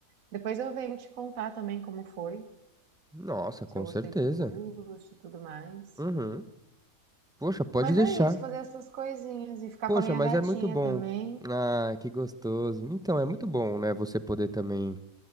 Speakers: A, on the right (about 65°); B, in the centre.
A: Depois eu venho te contar também como foi,
B: Nossa, com
A: se eu gostei
B: certeza.
A: do curso e tudo mais.
B: Uhum. Poxa, pode
A: Mas
B: deixar.
A: é isso, fazer essas coisinhas e ficar
B: Poxa,
A: com a minha
B: mas
A: gatinha
B: é muito bom.
A: também.
B: Ah, que gostoso. Então, é muito bom, né? Você poder também